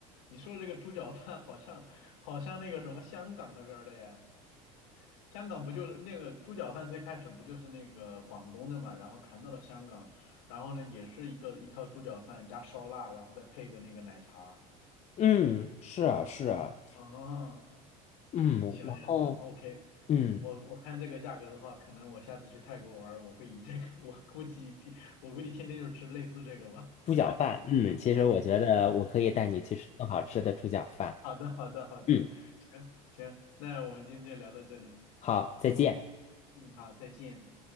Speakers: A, on the left; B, on the left.
A: 你说的这个猪脚饭好像好像那个什么香港那边儿的耶。香港不就是那个猪脚饭最开始不就是那个广东的嘛，然后传到了香港，然后呢也是一个一套猪脚饭加烧腊，然后再配个那个奶茶。
B: 嗯，是啊，是啊，
A: 哦，
B: 嗯，
A: 行行嗯行，OK，
B: 然后
A: <laughs>
B: 嗯。
A: 我我看这个价格的话，可能我下次去泰国玩儿我会以这个，<laughs> 我估计天，我估计天天就吃类似这个吧。
B: 猪脚饭，嗯，其实我觉得我可以带你去吃更好吃的猪脚饭。
A: <laughs> 好的，好的，好的，
B: 嗯，
A: 行行，那我们今天就聊到这里，
B: 好，再见。
A: 嗯，好，再见。